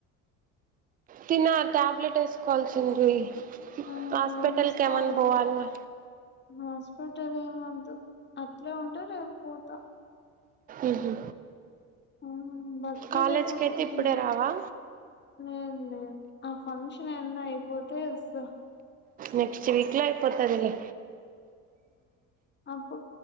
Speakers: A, on the right (about 20°); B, on the left (about 25°).
A: తిన ట్యాబ్లెట్ వేసుకోవాల్సింది
B: ఆ
A: హాస్పిటల్
B: వేయించుకోవాల
A: కు ఏమైన్నా పోవాలా
B: హాస్పిటల్ ఏం వద్దు అట్లే ఉంటే రేపు పోతా
A: ఉహు
B: హ్మ్మ్ బకి
A: కాలేజ్కి
B: లేకున్నా
A: అయితే ఇప్పుడే రావా
B: ఏం లే ఆ ఫంక్షన్ ఎందో అయిపోతే అసలు
A: నెక్స్ట్ వీక్లో అయిపోతదిలే
B: అపు